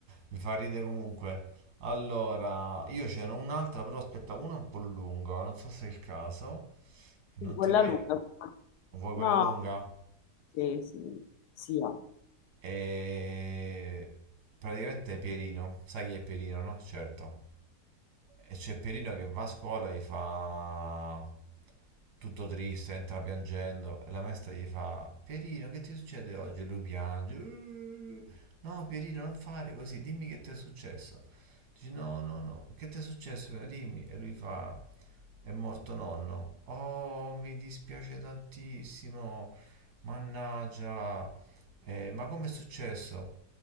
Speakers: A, on the right (about 80°); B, on the left (about 80°).
A: Mi fa ridere comunque. Allora, io c'era un'altra, però aspetta, una un po' lunga, non so se è il caso. E Non
B: Quella
A: ti voglio...
B: lunga.
A: Vuoi quella
B: No,
A: lunga?
B: sì, sì, sì. va.
A: E... Praticamente è Pierino. Sai chi è Pierino, no? Certo. E c'è Pierino che va a scuola e gli fa tutto triste, entra piangendo e la maestra gli fa Pierino, che ti succede oggi? E lui piange. "Uh, No, Pierino, non fare così, dimmi che ti è successo. Dice no, no, no, che ti è successo? Pierino? Dimmi. E lui fa è morto nonno. Oh, mi dispiace tantissimo. Mannaggia. "Eh, ma com'è successo?